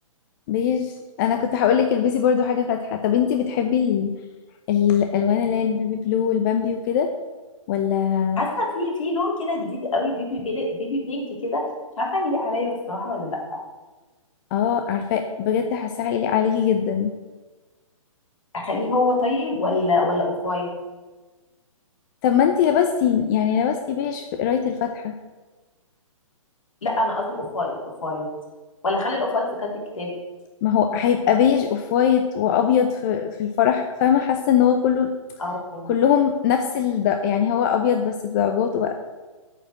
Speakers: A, on the left; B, on the left.
A: بيج انا كنت هقولك البسي برضو حاجة فاتحة طب انتي بتحبي ال... الالوان اللي هي البيبي بلو والبامبي وكده ولا
B: حاسه في في لون كده جديد قوي بيبي بيلي بيبي بينك كده مش عارفه هيليق عليا الصراحه ولا لا
A: اه عارفة بجد حاسة هيليق عليكي جدا
B: اخليه هو طيب ولا ولا اوف وايت
A: طب ما انتي لبستي يعني لبستي بيج في قراية الفاتحة
B: لا انا قصدي اوف وايت اوف وايت ولا اخلي الاوف وايت في كد الكتاب
A: ما هو هيبقى بيج اوف وايت وابيض في في الفرح فاهمه حاسه ان هو كله
B: او
A: كلهم نفس الد... يعني هو ابيض بس بدرجاته بقى